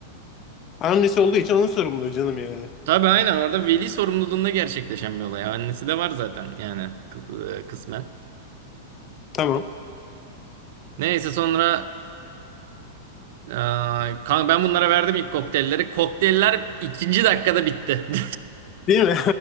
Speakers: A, on the left (about 35°); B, on the right (about 60°).
A: Annesi olduğu için onun sorumluluğu canım yani.
B: Tabii aynen orada veli sorumluluğunda gerçekleşen bir olay. Annesi de var zaten yani kı- e, kısmen.
A: Tamam.
B: Neyse sonra e, kanka ben bunlara verdim ilk kokteylleri. Kokteyller ikinci dakikada bitti. <laughs>
A: Değil mi?